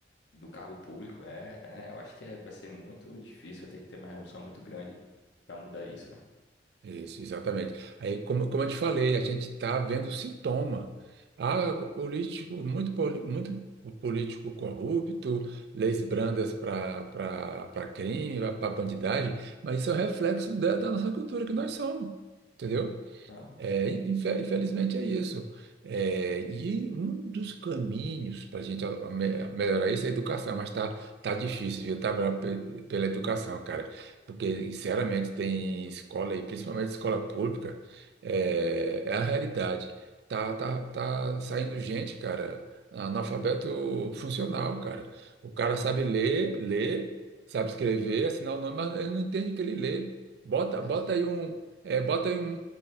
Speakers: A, on the left; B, on the right.
A: do cargo público, é, é, eu acho que é, vai ser muito difícil, vai ter que ter uma revolução muito grande pra mudar isso, né?
B: isso, exatamente. Aí, como, como eu te falei, a gente está vendo sintoma. Ah, político, muito, poli- muito político corrupto, leis brandas para crime, para bandidagem, mas isso é um reflexo da, da nossa cultura que nós somos, entendeu?
A: Aham,
B: É, infe- infelizmente é isso. É, e um dos caminhos para a gente a- me- melhorar isso é a educação, mas tá, tá difícil, viu? Tá bravo pe- pela educação, cara. Porque, sinceramente, tem escola aí, principalmente escola pública, é, é a realidade. Tá, tá, tá saindo gente, cara, analfabeto funcional, cara. O cara sabe ler, ler, sabe escrever, assinar o nome, mas ele não entende o que ele lê. Bota,
A: exata-
B: bota aí um. É, bota aí um,